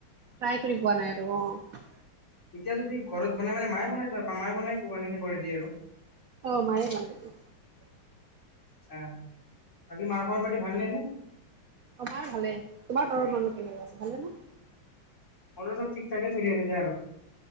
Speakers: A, on the right; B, on the left.
A: ট্ৰাই কৰি পোৱা নাই আৰু, অ'।
B: এতিয়া যদি ঘৰত বনাই মানে, মায়ে বনাই-মায়ে বনাই মানে হেৰি কৰি দিয়ে আৰু?
A: অ', মায়েই বনাই দিয়ে।
B: আ', বাকী মাৰ খবৰ পাতি ভাল নে এনেই?
A: অ', মাৰ ভালেই, তোমাৰ ঘৰৰ মানুহ কেনেকুৱা আছে, ভালেনে?
B: ঘৰৰ চব ঠিক-ঠাকেই চলি আছে দিয়া আৰু